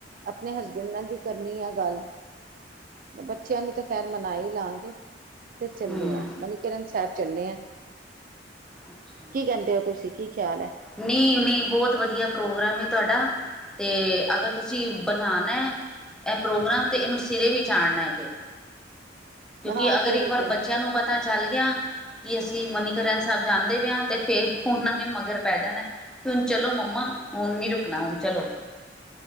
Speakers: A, on the right; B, in the centre.
A: ਆਪਣੇ ਹਸਬੈਂਡ ਨਾਲ ਵੀ ਕਰਨੀ ਆ ਗੱਲ। ਬੱਚਿਆਂ ਨੂੰ ਤਾਂ ਖੈਰ ਮਨਾ ਈ ਲਾਂਗੇ ਤੇ ਚੱਲੇ
B: ਹਮ
A: ਆ ਮਨੀਕਰਨ ਸਾਹਿਬ ਚੱਲੇ ਆ।
B: ਅੱਛਾ।
A: ਕੀ ਕਹਿੰਦੇ ਓ ਤੁਸੀਂ ਕੀ ਖਿਆਲ ਐ?
B: ਨੀ-ਨੀ ਬੋਤ ਵਧੀਆ ਪ੍ਰੋਗਰਾਮ ਏ ਤੋਆਡਾ। ਤੇ ਅਗਰ ਤੁਸੀਂ ਬਣਾਣਾ। ਐ ਪ੍ਰੋਗਰਾਮ ਤੇ ਏਨੂੰ ਸਿਰੇ ਵੀ ਚਾੜਨਾ ਫਿਰ। ਕਿਉਂਕਿ
A: ਹਾਂ
B: ਅਗਰ
A: ਕਿਉਂ
B: ਇੱਕ
A: ਨਹੀਂ
B: ਵਾਰ
A: ਕਿਉਂ
B: ਬੱਚਿਆਂ
A: ਨਹੀਂ
B: ਨੂੰ ਪਤਾ ਚੱਲ ਗਿਆ ਕਿ ਅਸੀਂ ਮਨੀਕਰਨ ਸਾਹਿਬ ਜਾਂਦੇ ਪਏ ਹਾਂ ਤੇ ਫੇਰ ਓਨਾਂ ਨੇ ਮਗਰ ਪੈ ਜਾਣਾ ਕਿ ਹੁਣ ਚਲੋ ਮੰਮਾ ਹੁਣ ਨੀ ਰੁਕਣਾ ਹੁਣ ਚਲੋ।